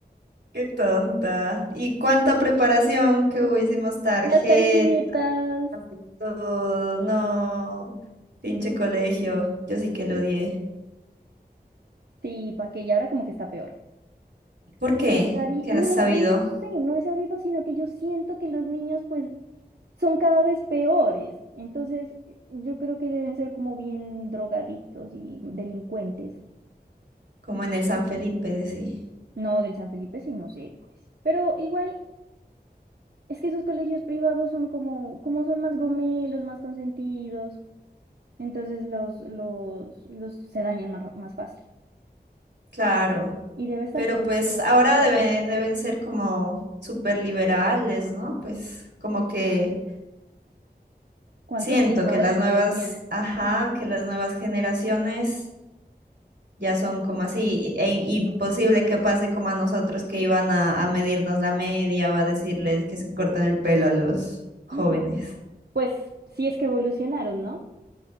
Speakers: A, on the right (about 80°); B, on the right (about 65°).
A: Qué tonta. ¿Y cuánta preparación que hubo? Hicimos tarjetas,
B: Las tarjetas,
A: de todo. No, pinche colegio. Yo sí que lo odié.
B: sí, pa' que y ahora como que está peor.
A: ¿Por qué?
B: Y Cari,
A: ¿Qué
B: no,
A: has sabido?
B: no sé, no he sabido, sino que yo siento que los niños pues son cada vez peores. Entonces, yo creo que deben ser como bien drogadictos y delincuentes.
A: Como en el San Felipe, de sí.
B: No del San Felipe, sí, no sé, pues. Pero igual, es que esos colegios privados son como, como son más gomelos, más consentidos. Entonces los, los, los se dañan más, ra- más fácil.
A: Claro.
B: Y debe estar
A: Pero
B: carísima
A: pues ahora
B: esa, esa
A: debe-
B: pensión.
A: deben ser como súper liberales, ¿no? Pues como que
B: ¿Cuántos
A: siento
B: gays no
A: que
B: habrá
A: las
B: ni
A: nuevas,
B: lesbianas?
A: ajá, que las nuevas generaciones ya son como así, e imposible que pase como a nosotros que iban a, a medirnos la media o a decirles que se corten el pelo a los jóvenes.
B: Mm, Pues sí es que evolucionaron, ¿no?